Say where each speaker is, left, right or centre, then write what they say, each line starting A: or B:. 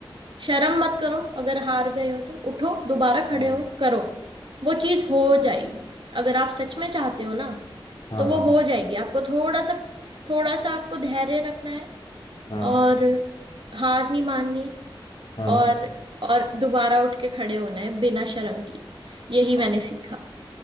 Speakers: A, on the right (about 65°); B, on the left (about 65°).
A: शर्म मत करो अगर हार गए हो तो उठो दोबारा खड़े
B: हाँ
A: हो करो वो चीज हो जाएगी अगर आप सच
B: हाँ
A: में चाहते हो ना
B: हाँ
A: तो वो हो जाएगी आपको थोड़ा सा थोड़ा सा आपको धैर्य रखना है
B: हाँ
A: और हार नहीं माननी
B: हाँ हाँ
A: और और दोबारा उठ के खड़े होना है बिना शर्म की यही
B: हाँ
A: मैंने सीखा